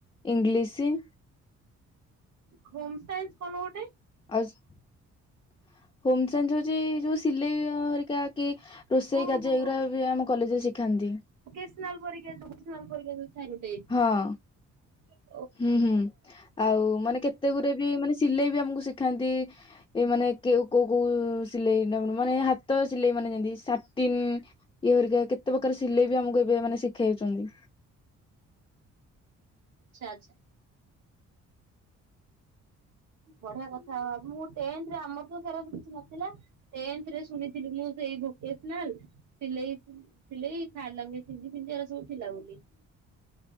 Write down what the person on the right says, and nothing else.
ହୋମ ସାଇନ୍ସ କଣ ଗୋଟେ?
ଓହୋ
ଭୋକେଶ୍ନାଲ ପରୀକ୍ଷା ଯୋଉ ଭୋକେଶ୍ନାଲ୍ ପରୀକ୍ଷା ଯୋଉଥାଏ ଗୋଟେ।
ହଁ।
ଆଛା ଆଛା। ବଢିଆ କଥା ମୁଁ ଟେନ୍ଥରେ ଆମର ତ ସେ ଗୁରା କିଛି ନଥିଲା। ଟେନ୍ଥରେ ଶୁଣିଥିଲି ମୁଁ ସେଇ ଭୋକେଶ୍ନାଲ୍ ସିଲେଇ। ସିଲେଇ ଥାର୍ଡ ଲାଙ୍ଗୁଏଜ୍ ହିନ୍ଦୀ ଫିନ୍ଦି ଆର ସବୁ ଥିଲା ବୋଲି।